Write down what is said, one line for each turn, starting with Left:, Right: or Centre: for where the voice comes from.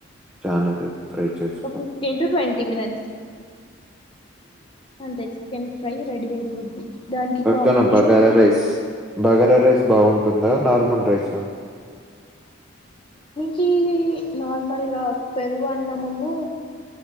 Centre: చాలా సేపు ఫై చేసుకోవాలి
Left: ఫిఫ్టీన్ టు ట్వంటీ మినిట్స్ అంతే చికెన్ ఫ్రై రెడీ అయిపోద్ది దానికి
Centre: పక్కన
Left: combination
Centre: bagara rice bagara rice బాగుంటుందా నార్మల్ రైసా
Left: కీ నార్మల్గా పెరుగు అన్నమున్నూ